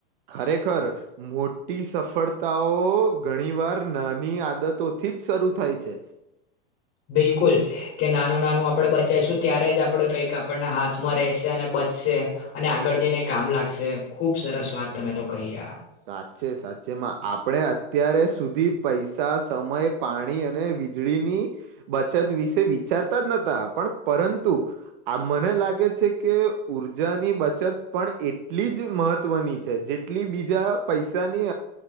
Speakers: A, on the right; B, on the left.
A: ખરેખર, મોટી સફળતાઓ ઘણી વાર નાની આદતોથી જ શરૂ થાય છે.
B: બિલકુલ, કે નાનું નાનું આપણે બચાવશું ત્યારે જ આપણે કંઈક આપણના હાથમાં રશે અને બચશે અને આગળ જઈને કામ લાગશે ખુબ સરસ વાત તમે તો કહી આપ
A: સાચે સાચે માં આપણે અત્યારે સુધી પૈસા સમય પાણી અને વીજળીની બચત વિશે વિચારતા જ નહતા પણ પરંતુ, આ મને લાગે છે કે ઉઊર્જાની બચત પણ એટલી જ મહત્વની છે જેટલી બી બીજા પૈસાની